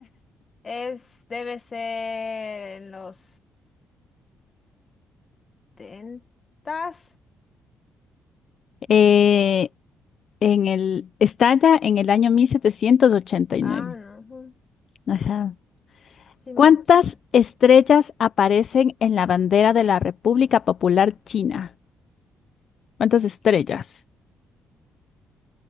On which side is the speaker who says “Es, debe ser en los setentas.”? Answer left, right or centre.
Left